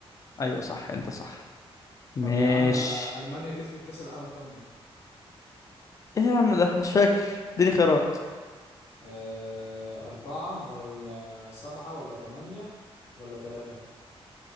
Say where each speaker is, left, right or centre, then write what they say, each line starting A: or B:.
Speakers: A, on the left; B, on the left.
A: ايوه صح انت صح ماشي
B: طب يا عم آه، المانيا كسبت كأس العالم كام مرة
A: ايه يا عم ده مش فاكر اديني خيارات
B: أه أربعة ولا سبعة ولا تمانية ولا تلاتة